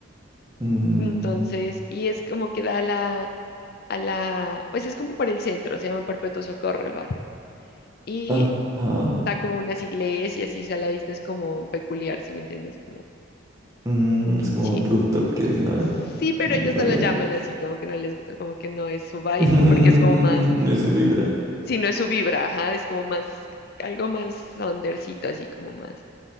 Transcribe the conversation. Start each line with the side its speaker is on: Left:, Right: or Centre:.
Right: Mm,
Left: Entonces, y es como que da a la, a la, pues es como por el centro, se llama Perpetuo Socorro el barrio. Y
Right: ah, ah,
Left: da como unas iglesias y así, o sea, la vista es como peculiar, si me entiendes, como,
Right: mm, es como
Left: sí,
Right: un rooftop que dicen ahora.
Left: Sí, pero
Right: Mm,
Left: ellos
Right: vale.
Left: no lo llaman así, como que no les, como que no es su
Right: <laughs>
Left: vibe,
Right: No
Left: porque es como más,
Right: es su vibra.
Left: si no es su vibra, ajá, es como más, algo más undercito, así como más.